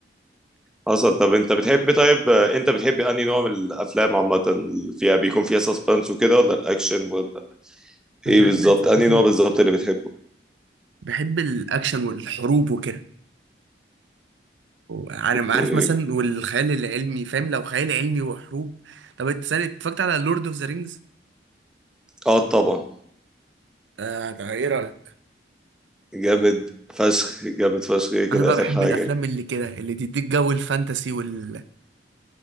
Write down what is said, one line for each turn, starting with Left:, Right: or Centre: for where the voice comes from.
Centre: حصل طب أنت بتحب طيب آه، أنت بتحب أنهي نوع من الأفلام عامة اللي فيها بيكون فيها سسبنس وكده ولا الأكشن ولا
Right: انا
Centre: إيه
Right: بحب
Centre: بالظبط
Right: صراحه
Centre: أنهي نوع بالظبط اللي بتحبه
Right: بحب الاكشن والحروب وكده عارف
Centre: أوكي
Right: عارف مثلا والخيال العلمي فاهم لو خيال علمي وحروب طب انت سنة اتفرجت على لورد اوف ذا رينجز
Centre: أه طبعا
Right: آه طب ايه رأيك؟
Centre: جامد فشخ جامد فشخ إيه كده
Right: انا بقى
Centre: آخر
Right: بحب
Centre: حاجة
Right: الافلام اللي كده اللي تديك جو الفانتسي وال